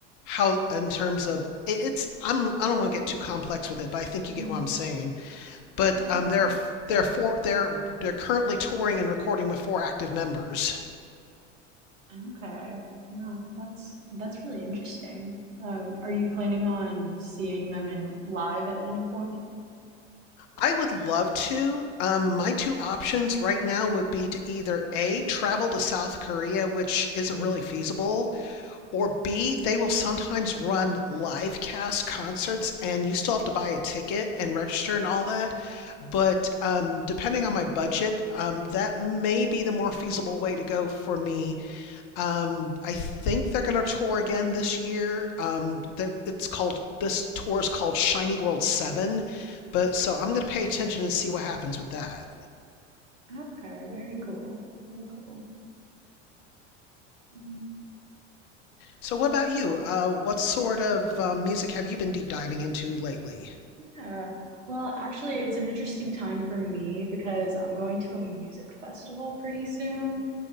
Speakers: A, on the left (about 50°); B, on the right (about 80°).
A: how in terms of it, it's I'm I don't want to get too complex with it but I think you
B: Hmm,
A: get what I'm saying but
B: Yeah.
A: um, they're they're four they're they're currently touring and recording with four active members.
B: Okay. Yeah, that's that's really interesting. Um, are you planning on seeing them in live at any point?
A: I would love to. Um, my two options right now would be to either A, travel to South Korea, which isn't
B: Hmm.
A: really feasible, or B, they will sometimes run live cast concerts and you still have to buy a ticket and register and all that. But um, depending on my budget, um, that may be the more feasible way to go for me Um, I think they're going to tour again this year. Um, that it's called this tour is called Shiny World Seven, but so I'm going to pay attention and see what happens with that.
B: Okay, very cool. Very cool. Mm,
A: So, what about you? Uh, what sort of um, music have you been deep diving into lately?
B: yeah. Well, actually, it's an interesting time for me because I'm going to a music festival pretty soon.